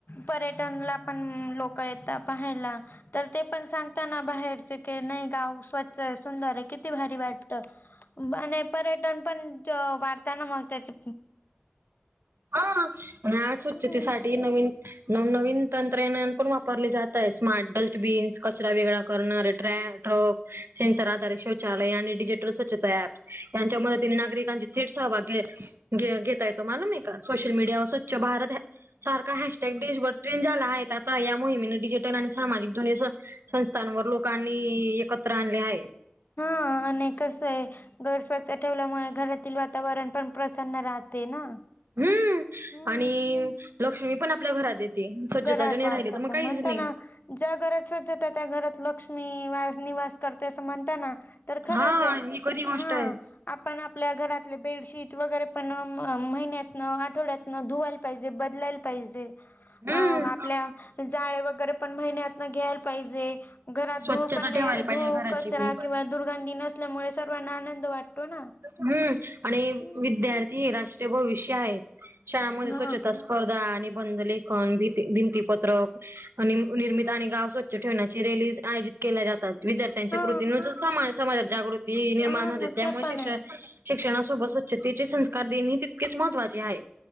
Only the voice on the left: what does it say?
पर्यटनला पण लोक येता पाहायला तर ते पण सांगताना बाहेर चके नाही गाव स्वच्छ सुंदर किती भारी वाटतं बने पर्यटन पन च वाढताना मग त्याची
हम्म.
हा अने कसयं गर तसं ठेवल्यामुळे घरातील वातावरण पण प्रसन्न राहते ना.
हम्म
घरात
वास
करता
म्हणताना
ज्या घरात स्वच्छता त्या घरात लक्ष्मी वास निवास करतंय अस म्हणत ना, तर खरंचयं
हा
आपण आपल्या घरातले बेडशीट वगैरे पण म महिन्यातनं आठवड्यातनं धुवायला पाहिजे बदलायला पाहिजे. जे अ
आपल्या जाळे वगैरे पण महिन्यातन घ्यायला पाहिजे. घरात
धूळ पण
नाही
धूळ,
कचरा
किंवा दुर्गंधी नसल्यामुळे सर्वांना आनंद वाटतो ना.
हम्म
हा
हा
हा
ना
ते पण
आहे